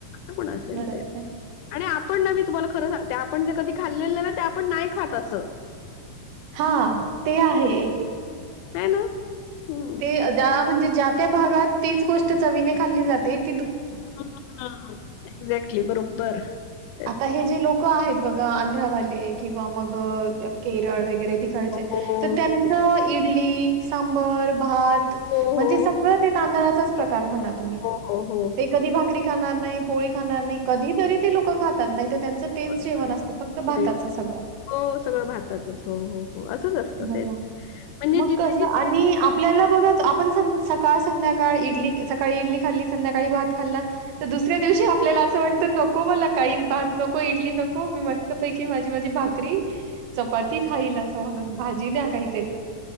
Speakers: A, on the left; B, on the right.
A: <unintelligible>
B: बरोबर आहे.
A: आणि आपण न तुम्हाला खरं सांगते आपण जे कधी खाल्लेल न ते आपण नाही खात असं.
B: हा, ते आहे एक.
A: हाय ना? हम्म.
B: ते द म्हणजे, ज्या त्या भागात तीच गोष्ट चवीने खाल्ली जाते. ज्या
A: <unintelligible> एक्झॅक्टली, बरोबर. तेच
B: आता हे जे लोकं आहे त बघा आंध्रावाले ते किंवा मग केरळ वगैरे तिकडचे
A: हो हो
B: तर त्यांच इ इडली सांबर भात.
A: हो
B: म्हणजे
A: हो
B: सगळं ते तांदळाच तर म्हणा तुम्ही
A: हो हो हो.
B: ते कधी भाकरी ठणार नाही पोळी खाणार नाही कधी तरी ते लो <unintelligible> क खातात नाही त त्यांचं तेच
A: होय,
B: जेवण
A: होय.
B: असतं फक्त भाताचं
A: नाही,
B: सगळं.
A: हो सगळं भाताचंच हो हो हो असंच असतं
B: बघा
A: तेच म्हणजे
B: मग
A: जिथे
B: कसं
A: जिथे
B: आणि आपल्याला बघा आपण सकाळ संध्याकाळ इड सकाळीडली खाल्ली संध्याकाळी भात खल् दुस्याव आपल्याला अस वाटत नको काहीच भात नको इडली नको मी मस्त पैकी माझी माझी भाकरी चपाती खाईल असं म्हण भाजी द्या काहीतरी